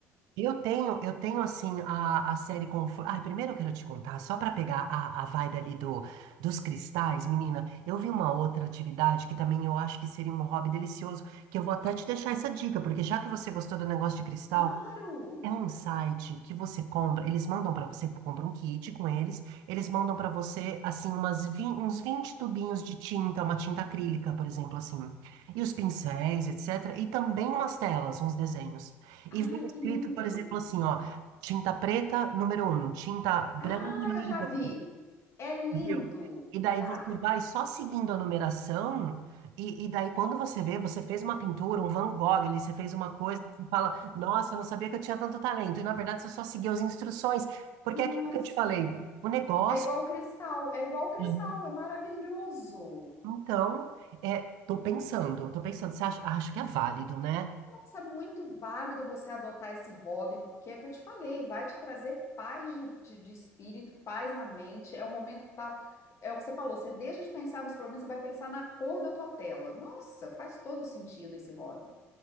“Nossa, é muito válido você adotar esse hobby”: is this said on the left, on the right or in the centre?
Left